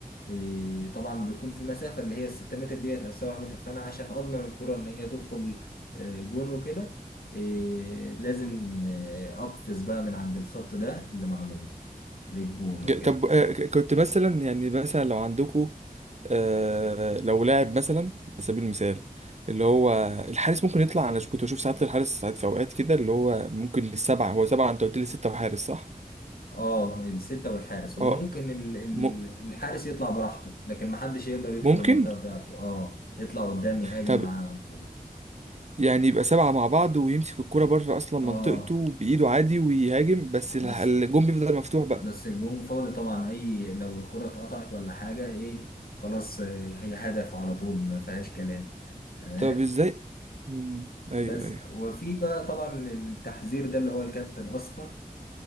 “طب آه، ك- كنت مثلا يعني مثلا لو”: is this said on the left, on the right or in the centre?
Right